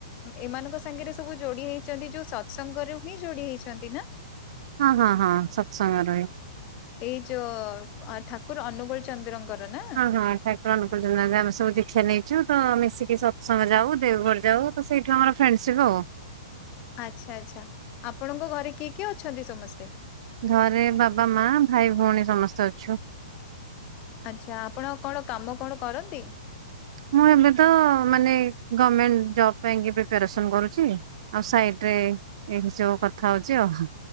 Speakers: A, on the left; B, on the right.
A: ଏମାନଙ୍କ ସାଙ୍ଗରେ ସବୁ ଯୋଡି ହେଇଛନ୍ତି ଯୋଉ ସତ୍ସଙ୍ଗରୁ। ଯୋଡି ହେଇଛନ୍ତି ନା?
B: ହଁ ହଁ ହଁ ସତ୍ସଙ୍ଗ ରେ।
A: ଏଇ ଯୋଉ ଠାକୁର ଅନୁଗୋଳ ଚନ୍ଦ୍ରଙ୍କର ନା?
B: ହଁ ହଁ ଠାକୁର ଅନୁକୁଳ ଆମେ ସବୁ ଦୀକ୍ଷା ନେଇଛୁ। ତ ମିଶିକି ସତ୍ସଙ୍ଗ ଯାଉ ଦେଓଗଡ ଯାଉ। ତ ସେଇଠୁ ଆମର ଫ୍ରେଣ୍ଡସିପ୍ ଆଉ।
A: ଆଚ୍ଛା ଆଚ୍ଛା ଆପଣଙ୍କ ଘରେ କିଏ କିଏ ଅଛନ୍ତି ସମସ୍ତେ?
B: ଘରେ ବାବା ମା ଭାଇ ଭଉଣୀ ସମସ୍ତେ ଅଛୁ।
A: ଆଚ୍ଛା ଆପଣ କଣ କାମ କଣ କରନ୍ତି?
B: ମୁଁ ଏବେ ତ ମାନେ ଗଭର୍ଣ୍ଣମେଣ୍ଟ ଜବ ପାଇଁକି ପ୍ରିପାରେସନ୍ କରୁଛି। ଆଉ ସାଇଡରେ ଏଇଠି ସବୁ କଥା ହଉଛି ଆଉ।